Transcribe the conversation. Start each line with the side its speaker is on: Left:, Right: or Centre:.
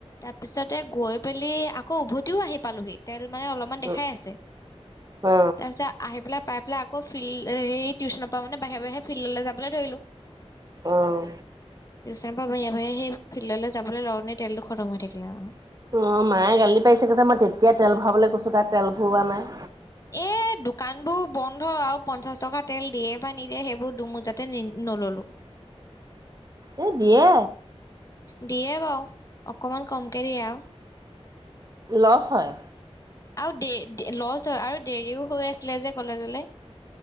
Left: পিছতে গৈ পেলি আকৌ উভতিও আহি পালোহি তেল মানে অলপমান দেখাই
Right: উ
Left: আছে
Right: অ
Left: তাৰপিছত আহি পেলাই পাই পেলাই আকৌ ফিল্ড এই টিউচনৰ পৰা মানে বাহিৰ বাহিৰে ফিল্ডলে যাবলৈ ধৰিলো
Right: অহ।
Left: টিউচন পা বহীয়ে বাহীয়ে সেই ফিল্ডলে যাবলে লওঁতেই তেলটো খতম হৈ থাকিলে আও।
Right: অ মায়ে গালি পাৰিছে কৈছে, মই তেতিয়া তেল ভৰাবলে কৈছো তাই তেল ভৰৱোৱা নাই।
Left: এ দোকানবোৰ বন্ধ। আৰু পঞ্চাশ টকা তেল দিয়ে বা নিদিয়ে সেইবোৰ দুমুযাতে নি নললো।
Right: এ দিয়ে।
Left: দিয়ে বাও অকমান কমকে দিয়ে আও।
Right: লচ হয়।
Left: আৰু দে লছ হয় আৰু দেৰিও হৈ আছিলে যে কলেজলে